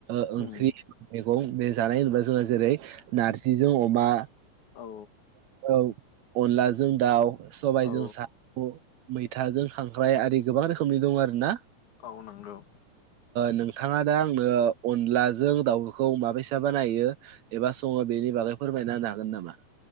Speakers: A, on the right; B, on the left.
A: ओंख्रि
B: उम
A: मैगं बे जानाय होनोबा जोंहा जेरै नारजिजों अमा
B: औ
A: औ अनलाजों दाउ सबायाइजों
B: औ
A: सामु' मैथाजों खांख्राय आरि गोबां रोखोमनि दं आरो ना
B: औ नंगौ
A: नोंथाङा दा आंनो अनलाजों दाउखौ माबैसा बानायो एबा सङो बेनि नि बागै फोरमायना होनो हागोन नामा?